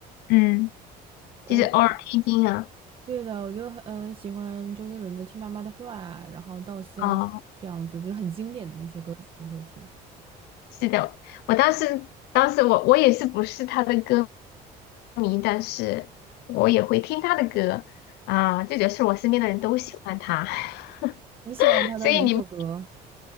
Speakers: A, on the left; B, on the right.
A: 嗯，
B: 我
A: 就是偶尔听一听啊。
B: 对的，我就嗯、呃喜欢周杰伦的《听妈妈的话啊》，然后《稻香》这样子，
A: 哦，
B: 就是很经典的那些歌曲我会听。
A: 是的，我当时当时我我也是不是他的歌迷，但是我也会听他的歌啊，这就是我身边的人都喜欢他，<laughs>
B: 你喜欢他的哪首歌？
A: 所以你